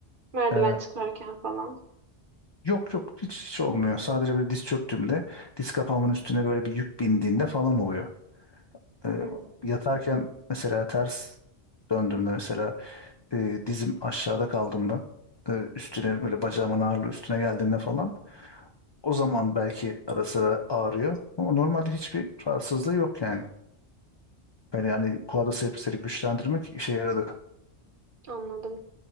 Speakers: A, on the right; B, on the left.
A: Merdiven
B: Ee,
A: çıkarken falan.
B: Yok yok hiç, hiç olmuyor. Sadece böyle diz çöktüğümde diz kapağımın üstüne böyle bir yük bindiğinde falan oluyor. Ee,
A: Hmm.
B: yatarken mesela ters döndüğümde mesela e, dizim aşağıda kaldığımda e, üstüne böyle bacağımın ağırlığı üstüne geldiğinde falan o zaman belki ara sıra ağrıyor. Ama normalde hiçbir rahatsızlığı yok yani. Böyle yani quadricepsleri güçlendirmek işe yaradı.
A: Anladım.